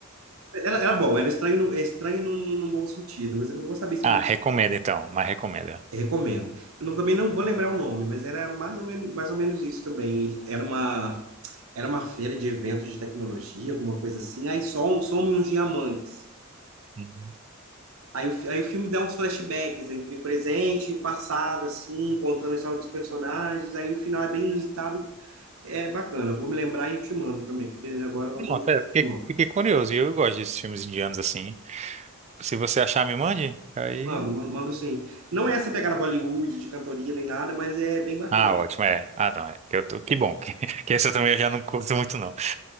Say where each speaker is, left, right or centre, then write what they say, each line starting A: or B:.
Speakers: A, on the right; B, on the right.
A: Era, era bom, era estranho, no, é estranho no, no, no bom sentido, mas eu não vou saber explicar.
B: Ah, recomenda então, mas recomenda.
A: Eu recomendo. Eu não- também não vou lembrar o nome, mas era mais ou menos, mais ou menos isso também. Ele- Era uma, era uma feira de eventos de tecnologia, alguma coisa assim. Aí som, somem uns diamantes.
B: Uhum.
A: Aí o, fi- aí o filme dá uns flashbacks entre o presente e o passado, assim, contando a história dos personagens. Aí o final é bem inusitado, é bacana. Vou me lembrar e te mando também, porque agora eu não
B: Não,
A: vou
B: até
A: me recordar
B: fiquei,
A: o nome.
B: fiquei curioso. E eu gosto desses filmes indianos assim. Se você achar, me mande. Aí.
A: Mando, mando, mando sim. Não é essa pegada Bollywood, de cantoria nem nada, mas é bem bacana.
B: Ah, ótimo, é. Ah, não, é. Que, eu tô... que bom. <laughs> Que, que esse eu também já não curto muito, não.